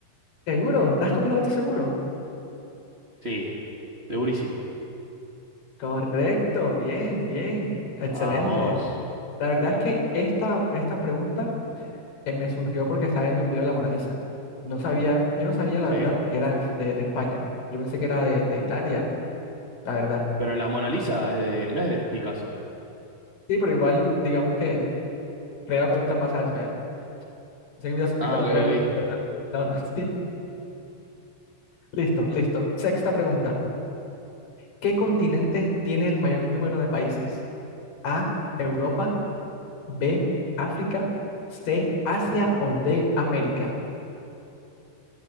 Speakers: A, on the left; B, on the right.
A: ¿Seguro? ¿Estás completamente seguro?
B: Sí, segurísimo.
A: Correcto, bien, bien, excelente.
B: Vamos,
A: La verdad es que esta, esta pregunta eh, me surgió porque estaba viendo un video de la Mona Lisa. No sabía, yo no sabía la
B: ¿sí?
A: verdad que era de, de- de España. Yo pensé que era de, de Italia, la verdad.
B: Pero la Mona Lisa es de- no es de Picasso.
A: Sí, pero igual, digamos que creé la pregunta en base a eso ya. Sé que Picasso
B: Ah, ok,
A: fue
B: ok.
A: un... mental? No, no, <laughs> sí. Listo, listo. Sexta pregunta. ¿Qué continente tiene el mayor número de países? A, Europa. B, África, C, Asia o D, América.